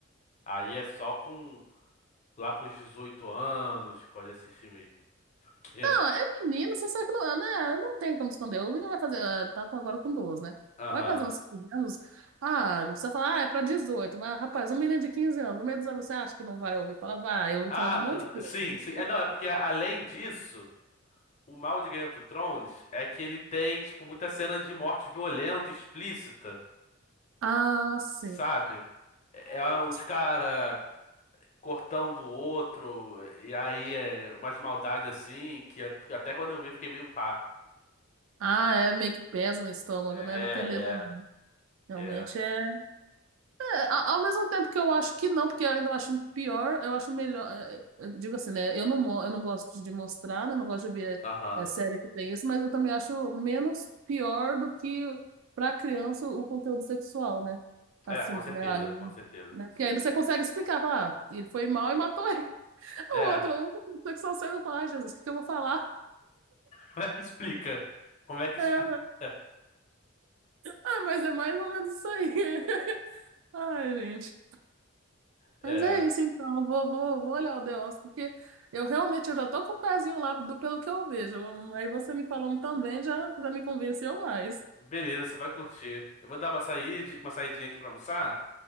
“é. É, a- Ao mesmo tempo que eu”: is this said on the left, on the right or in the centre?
Right